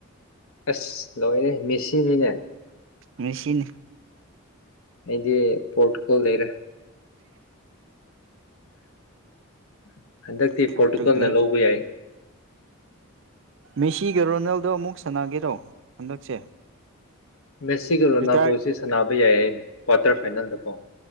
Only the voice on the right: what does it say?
ꯃꯦꯁꯤꯤꯟ
ꯄꯣꯔꯇꯨꯒꯜ
ꯃꯦꯁꯤꯒ ꯔꯣꯅꯦꯜꯗꯣ ꯑꯃꯨꯛ ꯁꯥꯟꯅꯒꯦꯔꯣ ꯍꯟꯗꯛꯁꯦ
ꯔꯤꯇꯥꯌꯔ